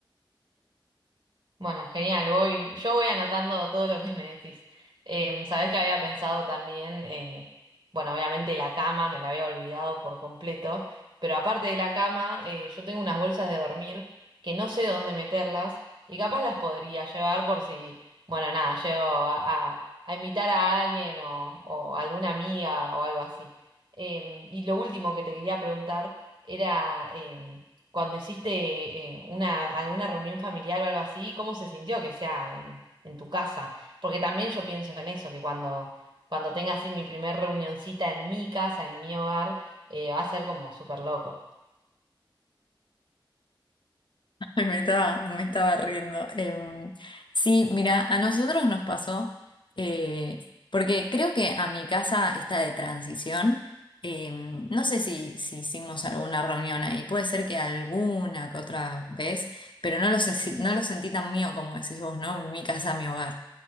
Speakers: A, on the right; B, on the left.
A: Bueno, genial, voy, yo voy anotando todo lo que me decís. Eh, sabés que había pensado también, eh, bueno, obviamente la cama, me la había olvidado por completo, pero aparte de la cama, eh, yo tengo unas bolsas de dormir que no sé dónde meterlas y capaz las podría llevar por si, bueno, nada, llego a, a, a invitar a alguien o, o alguna amiga o algo así. Em, y lo último que te quería preguntar era... em, cuando hiciste eh, una, alguna reunión familiar o algo así, ¿cómo se sintió que sea en, en tu casa? Porque también yo pienso en eso, que cuando, cuando tenga así mi primer reunioncita en mi casa, en mi hogar, eh, va a ser como súper loco.
B: <laughs> Me estaba, me estaba riendo. Em, sí, mira, a nosotros nos pasó, eh, porque creo que a mi casa está de transición. em, no sé si, si hicimos alguna reunión ahí, puede ser que alguna que otra vez, pero no lo, sé si- no lo sentí tan mío como decís vos, ¿no? Mi casa, mi hogar.